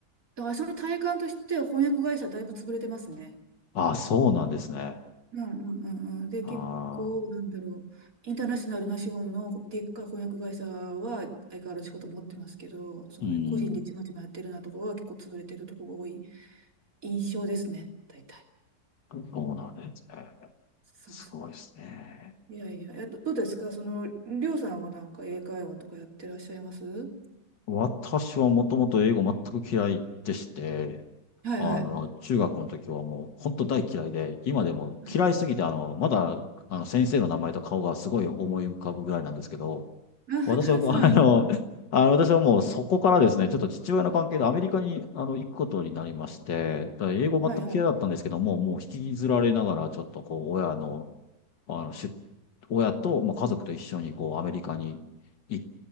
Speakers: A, on the right; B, on the left.
A: あ、その体感としては翻訳会社だいぶ潰れてますね。
B: ああ、そうなんですね。
A: うんうんうんうん。で、
B: ああ、
A: 結構、なんだろう、インターナショナルな資本のでっかい翻訳会社は相変わらず仕事持ってますけど、その個人でちまちまやってるようなところは結構潰れてるところが多い
B: うん、
A: 印象ですね、大体。
B: そうなんですね。
A: そうそ
B: すごいですね。
A: う。いやいや、えど、どうですかその、りょうさんはなんか英会話とかやってらっしゃいますは
B: 私はもともと英語全く嫌いでして、
A: いはい。
B: あの、中学校の時はもう本当大嫌いで、今でも嫌いすぎて、
A: はい
B: あの、まだ、あの、先生の名前と顔がすごい思い浮かぶぐらいなんですけど、
A: あはは
B: 私は、
A: <laughs> そうなんですか。
B: あの、あの私はもうそこからですね、ちょっと父親の関係でアメリカにあの行くことになりまして、だから英語全く嫌いだったんですけども、
A: はいはい。
B: もう引きずられながら、ちょっとこう、親のあの、出親と、まあ、家族と一緒にこうアメリカに行っ